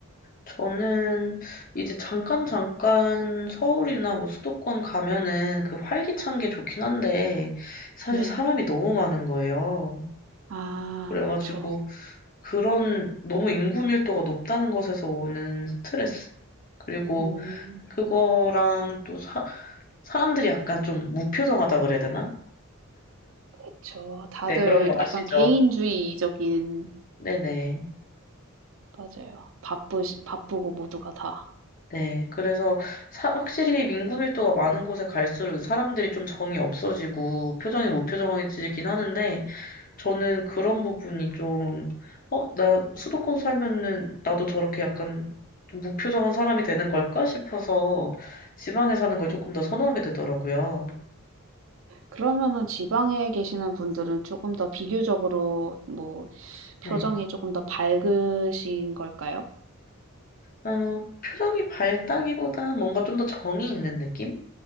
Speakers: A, on the left; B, on the right.
A: 저는 이제 잠깐 잠깐 서울이나 뭐 수도권 가면은 그 활기찬 게 좋긴 한데 사실
B: 네.
A: 사람이 너무 많은 거예요.
B: 아
A: 그래가지고
B: 그쵸.
A: 그런 너무 인구 밀도가 높다는 것에서 오는 스트레스? 그리고
B: 음
A: 그거랑 또 사, 사람들이 약간 좀 무표정하다 그래야 되나?
B: 그쵸. 다들
A: 네, 그런 거 아시죠?
B: 약간 개인주의적인
A: 네네.
B: 맞아요. 바쁘시 바쁘고 모두가 다.
A: 네, 그래서 사- 확실히 민구밀도가 많은 곳에 갈수록 사람들이 좀 정이 없어지고 표정이 무표정해지긴 하는데 저는 그런 부분이 좀, 어, 나 수도권 살면은 나도 저렇게 약간 좀 무표정한 사람이 되는 걸까 싶어서 지방에 사는 걸
B: 음.
A: 조금 더 선호하게 되더라고요.
B: 그러면은 지방에 계시는 분들은 조금 더 비교적으로 뭐
A: 네.
B: 표정이 조금 더 밝으신 걸까요?
A: 어, 표정이 밝다기보다 뭔가 좀 더 정이 있는 느낌?